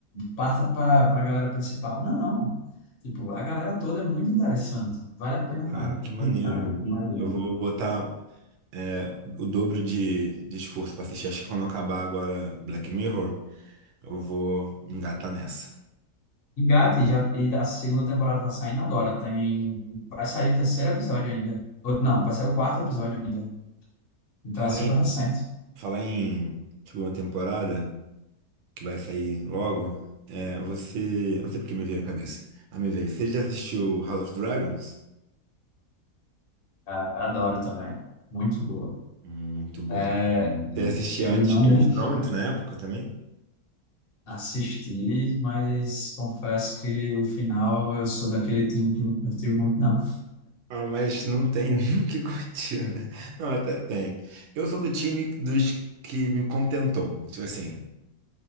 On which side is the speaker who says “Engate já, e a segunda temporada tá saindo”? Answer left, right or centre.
Left